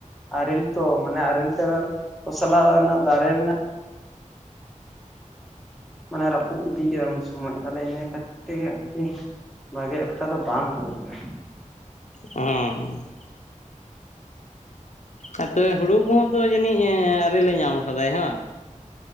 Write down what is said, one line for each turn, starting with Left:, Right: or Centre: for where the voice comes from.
Centre: ᱟᱨᱮᱞ ᱛᱚ ᱢᱟᱱᱮ ᱟᱨᱮᱞ ᱠᱷᱚᱥᱞᱟ ᱨᱮᱱᱟᱜ ᱫᱟᱨᱮ ᱨᱮᱱᱟᱜ ᱢᱟᱱᱮ ᱨᱯᱩ ᱤᱫᱤ ᱠᱮᱫ <unintelligible> ᱥᱚᱢᱚᱭ ᱛᱚᱞᱮ ᱤᱱᱟᱹ ᱠᱷᱟᱛᱮᱭᱟᱜ ᱜᱮ ᱵᱷᱟᱜᱮ ᱮᱠᱴᱟ ᱫᱚ ᱵᱟᱝ ᱦᱩᱭ ᱠᱟᱱᱟ
Left: ᱚᱸ ᱟ ᱛᱚᱵᱮ ᱦᱩᱲᱩ ᱠᱚᱦᱚᱸ ᱛᱚ ᱡᱟᱹᱱᱤᱡ ᱟᱨᱮᱞ ᱮ ᱧᱟᱢ ᱠᱟᱫᱟᱭ ᱵᱟᱝ